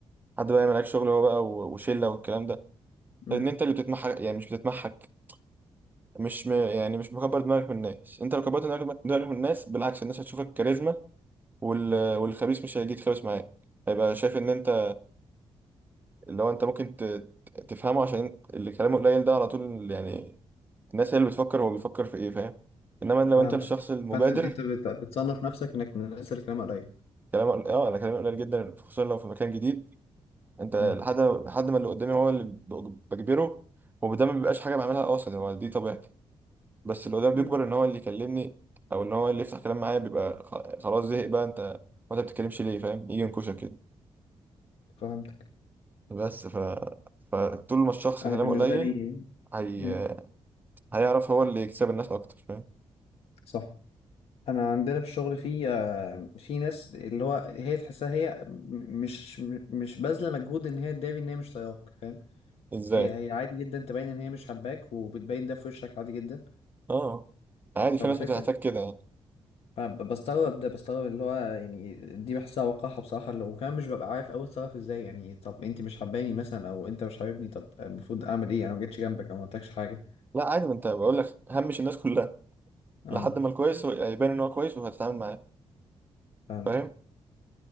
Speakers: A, on the right; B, on the left.
A: حد بقى يعمل عليك شغل هو بقى و- وشله والكلام ده
B: امم
A: لان انت اللي بتتمحك يعني مش بتتمحك مش م... يعني مش مكبر دماغك من الناس انت لو كبرت دماغك دماغك من الناس بالعكس الناس هتشوفك كاريزما وال... والخبيث مش هيجي يتخبس معاك هيبقى شايف ان انت اللي هو انت ممكن ت- ت- تفهمه عشان اللي كلامه قليل ده على طول يعني الناس هي اللي بتفكر هو بيفكر في ايه فاهم انما لو
B: فهمتك
A: انت الشخص المبادر
B: فانت انت بت- بتصنف نفسك انك من الناس اللي كلامها قليل
A: كلامه قل- اه انا كلامي قليل جدا خصوصا لو في مكان جديد انت
B: امم
A: لحد لحد ما اللي قدامي هو اللي بج- بجبره وده ما بيبقاش حاجه بعملها قاصد هو دي طبيعتي بس اللي قدامي بيكبر
B: امم
A: ان هو اللي يكلمني او ان هو اللي يفتح كلام معايا بيبقى خ- خلاص زهق بقى انت وانت بتتكلمش ليه فاهم يجي ينكشك كده
B: فهمتك
A: بس ف... فطول ما الشخص
B: انا
A: كلامه
B: بالنسبه
A: قليل
B: لي
A: هي...
B: امم
A: هيعرف هو اللي يكسب الناس اكتر فاهم
B: صح انا عندنا في الشغل في آه، في ناس اللي هو هي تحسها هي م- مش م- مش باذله مجهود ان هي تداري ان هي مش طايقاك فاهم
A: ازاي
B: هي هي عادي جدا تبين ان هي مش حباك وبتبين ده في وشك عادي جدا
A: اه عادي
B: فبحس
A: في ناس بتحتاج كده يعني
B: أنا ب- بستغرب ده بستغرب اللي هو يعني دي بحسها وقاحة بصراحة اللي وكمان مش ببقى عارف أوي أتصرف إزاي يعني طب أنت مش حباني مثلا أو أنت مش حاببني طب المفروض أعمل إيه أنا ما جيتش جنبك أو ما قلتلكش حاجة
A: لا عادي ما انت بقول لك همش الناس كلها
B: أه
A: لحد ما الكويس هو- يبان ان هو كويس وهتتعامل معاه
B: فهمتك
A: فاهم